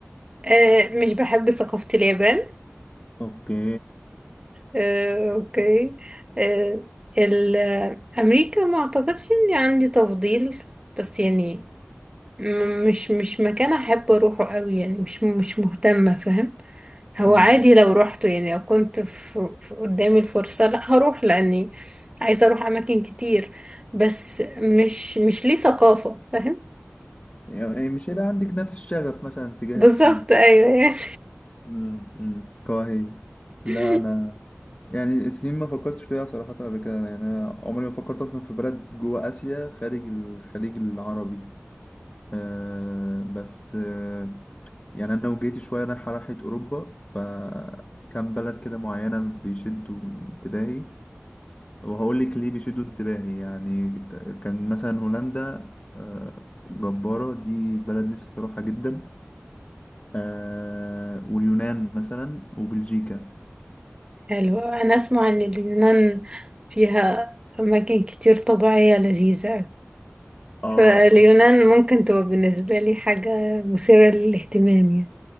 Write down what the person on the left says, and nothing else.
اوكي
امم
يعني مش هيبقى عندك نفس الشغف مثلا تجاه
الصين
امم امم كويس لا
انا يعني الصين ما فكرتش فيها صراحة قبل كده يعني انا عمري ما فكرت اصلا في بلد جوه اسيا خارج الخليج العربي أه بس أه يعني انا وجيتي شويه رايحه راحه اوروبا فكان بلد كده معينه بيشدوا انتباهي وهقول لك ليه بيشدوا انتباهي يعني آه، كان مثلا هولندا آه، جباره دي بلد نفسي اروحها جدا آه، واليونان مثلا وبلجيكا
اه